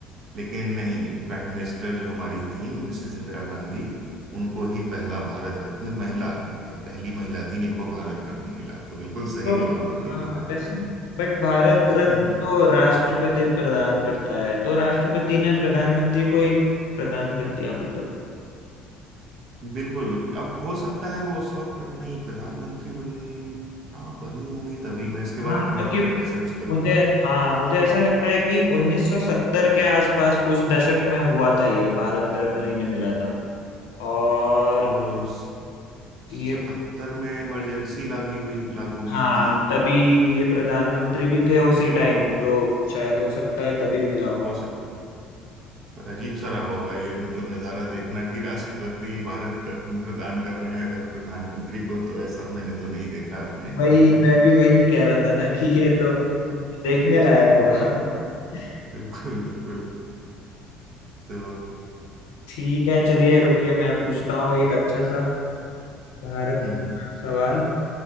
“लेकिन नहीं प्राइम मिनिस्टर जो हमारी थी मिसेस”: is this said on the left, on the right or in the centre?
Right